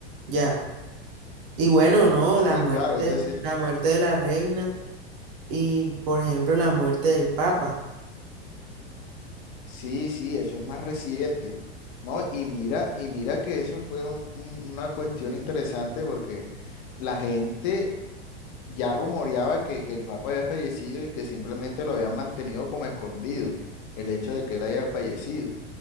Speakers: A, on the right (about 55°); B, on the left (about 50°).
A: ya. Y bueno, no,
B: Sí,
A: la muerte,
B: claro, es decir.
A: la muerte de la reina y, por ejemplo, la muerte del papa.
B: Sí, sí, eso es más reciente, ¿no? Y mira, y mira que eso fue un- un- una cuestión interesante porque la gente ya rumoreaba que, que el Papa había fallecido y que simplemente lo habían mantenido como escondido, el hecho de que él haya fallecido.